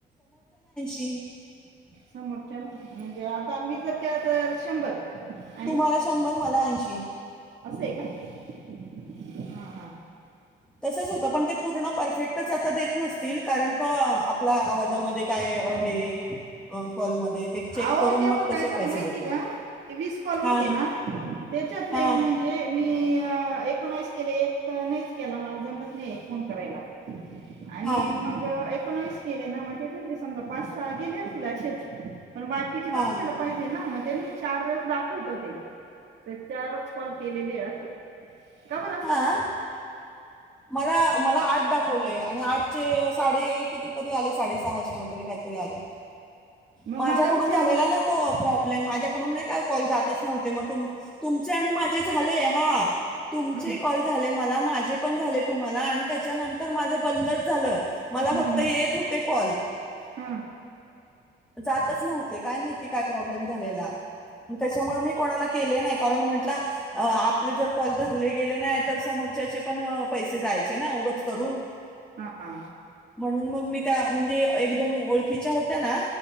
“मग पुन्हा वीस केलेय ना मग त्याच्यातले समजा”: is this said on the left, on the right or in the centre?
Right